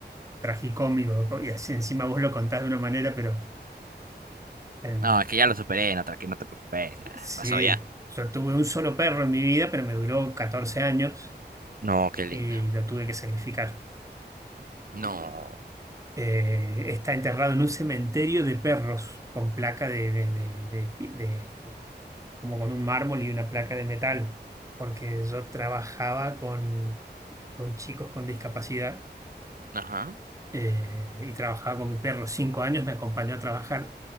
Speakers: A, on the right (about 15°); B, on the right (about 55°).
A: tragicómico ¿no? y así encima vos lo contás de una manera, pero eh,
B: No, es que ya lo superé, no, tranqui- no te preocupes. ah,
A: sí,
B: Pasó ya.
A: yo tuve un solo perro en mi vida, pero me duró 14 años
B: No, qué lindo.
A: y lo tuve que sacrificar.
B: No.
A: Eh, está enterrado en un cementerio de perros con placa de, de, de, de- de como con un mármol y una placa de metal, porque yo trabajaba con, con chicos con discapacidad
B: Ajá.
A: eh, y trabajaba con mi perro. Cinco años me acompañó a trabajar